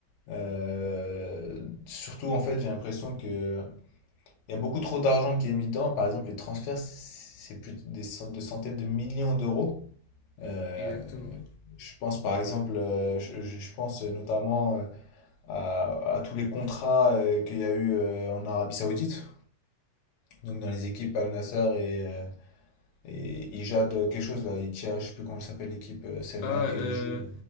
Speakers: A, on the left; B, on the left.
A: Euh, surtout, en fait, j'ai l'impression que il y a beaucoup trop d'argent qui est mis dedans. Par exemple, les transferts, c'est plus des cent- de centaines de millions d'euros. Euh,
B: Exactement.
A: je pense, par exemple, euh, je, je- je pense notamment euh, à, à tous les contrats euh, qu'il y a eu euh, en Arabie Saoudite. Donc dans les équipes Al Nassr et, euh, et Ijad, euh, quelque chose là, Itia, je sais plus comment s'appelle l'équipe, euh, celle
B: Ah,
A: dans laquelle
B: euh,
A: il joue.